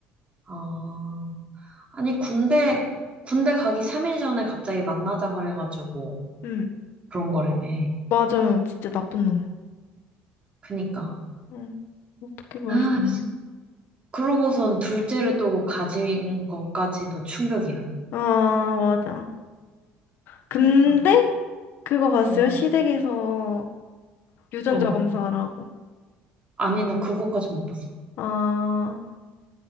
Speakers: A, on the right (about 30°); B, on the left (about 65°).
A: 아, 아니, 군대, 군대 가기 3일 전에 갑자기 만나자 그래가지고
B: 응,
A: 그런 거라며.
B: 맞아요. 진짜 나쁜 놈.
A: 그니까.
B: 응, 어떻게 그럴
A: 아,
B: 수 있냐?
A: 그러고선 둘째를 또 가진 것까지도 충격이야.
B: 아, 맞아. 근데
A: 그니까.
B: 그거 봤어요?
A: 음,
B: 시댁에서 유전자
A: 어.
B: 검사하라고.
A: 아니, 나 그거까지 못 봤어.
B: 아,